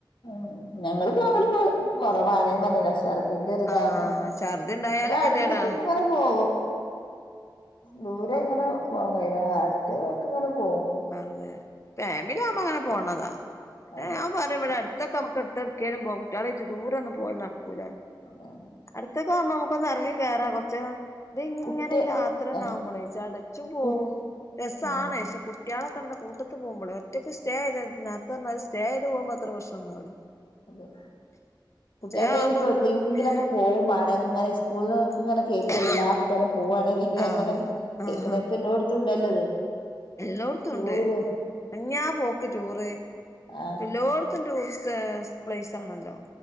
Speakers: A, on the left; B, on the left.
A: ഉം ഞങ്ങള് പോവല് കൊറവാണ് ഞാ പാറഞ്ഞിലെ ചർ ദി ണ്ടേയ് ന്തൊര്താണ്
B: ആഹ് ഛർദി ഉണ്ടായാലും
A: ഇതാ
B: ഗതികേടാ
A: അ ക് ങ്ങ നൊരു പോകും ദൂരെ ഇങ്ങനെ പോവാൻ കയിയൂല അടുത്തക്ക് ഇങ്ങനെ പോവും
B: അതെ. ഫാമിലി ആവുമ്പോ അങ്ങനെ പോണതാ. പിന്നെ
A: അതെ
B: ഞാൻ പറിം ഇവിടെ അടു തൊക്കെ അമ്മക്ക് ഇട്ത് എവട്കേലും പോക. കുട്ടിയേ ളിയായിട്ട് ദൂരൊന്നും പോവല് നടക്കൂല.
A: <unintelligible>
B: അടുത്തൊക്ക ആവുമ്പോ നമുക്കൊന്ന് ഇറങ്ങി കേയറാ കുറച്ചേരം ഇത് ഇങ്ങനെ
A: കുട്ടി
B: യാത്രാ
A: ആ
B: ന്നാവുമ്പോളേ ച ടച്ചും പോവും
A: കു
B: രസമാണ്
A: ആ
B: പക്ഷേ കു കുട്ടികളൊക്കെ കൂട്ടത്ത് പോവുമ്പോള് ഒറ്റക്ക് സ്റ്റേ ചെയ്ത് നേരത്തെ പറഞ്ഞൽ സ്റ്റ ചെയ്ത് പോക്മ്പോ അത്ര പ്രശ്നം ഒന്നും ഉണ്ടാവൂല
A: അതെ കുട്ടികൾക്ക്
B: സ്റ്റേ ആവുമ്പോ
A: ഇനിയിപ്പോ എവിടക്കെങ്കിലൊക്കെ
B: ഒട്ക്കങ്കിലൊക്കെ
A: പോവും
B: പോകും മാണം ഇങ്ങനെ
A: സ്കൂളിലൊക്കെ ഇങ്ങനെ കേൾക്കല്ലേ
B: <unintelligible>
A: എല്ലാ കുട്ടികളും പോവാണെ വരാ
B: ആഹ
A: അങ്ങനെ കേൾക്കണ
B: ആഹ്
A: ഇപ്പ എല്ലോടത്തും ഉണ്ടല്ലോത്
B: എല്ലോട്ത്തും
A: ടൂറ്
B: ണ്ട് അനങ്ങാ പോക്ക് ടൂറ്
A: ആഹ്
B: എല്ലോട്ത്തും എലോടത്തും ടൂറിസ്റ്റ് പ്ലേ പ്ലേസ് ആണല്ലോ